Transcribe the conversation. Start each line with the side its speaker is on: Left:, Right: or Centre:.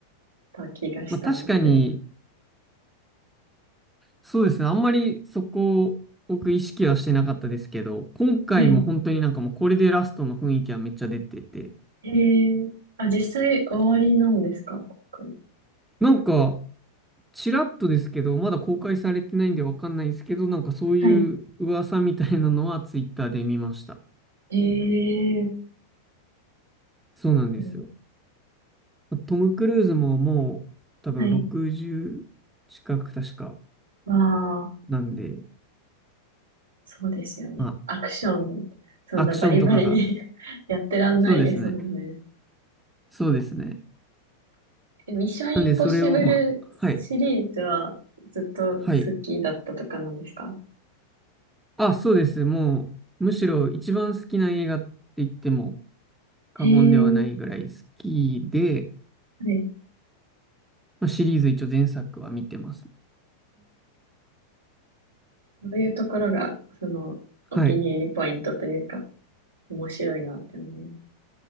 Right: た気がしたんですけど。
Centre: まあ確かに、そうですね。あんまりそこを僕意識はしてなかったですけど、今回も本当になんかもうこれでラストの雰囲気はめっちゃ出てて、
Right: はい。へえ。あ、実際終わりなんですか今回。
Centre: なんかちらっとですけど、まだ公開されてないんでわかんないですけど、なんかそういう噂みたいなのはツイッターで見ました。
Right: はい。へえ。
Centre: そうなんですよ。
Right: うん、
Centre: トム・クルーズももう多分60近く確か
Right: はい。わあ、
Centre: なんで、
Right: そうですよね。
Centre: ま
Right: アクション、そんなバリバリに
Centre: あアクションとかが、
Right: <laughs> やってらんないですもんね。
Centre: そうですね。そうですね。
Right: え、ミッションインポッシブルシリーズはずっと好きだったとかなんですか
Centre: なんでそれをまあ、はい。はい。あ、そうです。もう、むしろ一番好きな映画って言っても過言ではないぐらい好きで、
Right: へえ。はい。
Centre: まあ、シリーズ一応前作は見てます。
Right: そういうところが、その、
Centre: はい。
Right: お気に入りポイントというか、面白いなって思います。